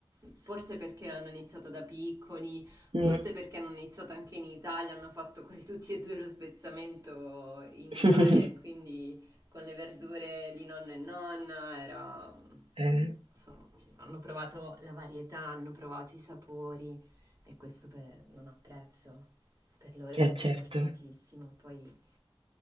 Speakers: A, on the right; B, on the right.
A: forse perché l'hanno iniziato da piccoli,
B: Mm.
A: forse perché hanno iniziato anche in Italia, hanno fatto così tutti e due lo svezzamento in
B: <laughs>
A: Italia e quindi con le verdure di nonno e nonna era...
B: Eh,
A: insomma, hanno provato la varietà, hanno provato i sapori e questo per- non ha prezzo. Per loro è
B: eh,
A: stato
B: certo,
A: importantissimo, poi...